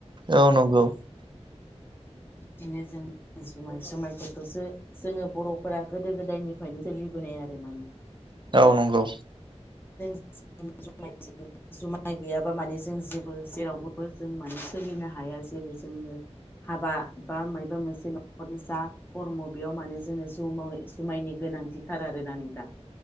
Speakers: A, on the right; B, on the left.
A: औ नंगौ।
B: बिदिनो जों जुमाय जुमायफोरखौसो जोङो बर' फोरा गोदो गोदायनिफ्रायनो सोलिबोनाय आरो ना नों
A: औ नंगौ
B: <unintelligible> जुमाय गैयाबा माने जों जेबो जेरावबोबो जों माने सोलिनो हाया जेरै जोंनो हाबा बा मायबा मोनसे न'खरनि जा खर्म' बेयाव माने जोङो जुमायनि गोनांथिथार आरोना नोंथां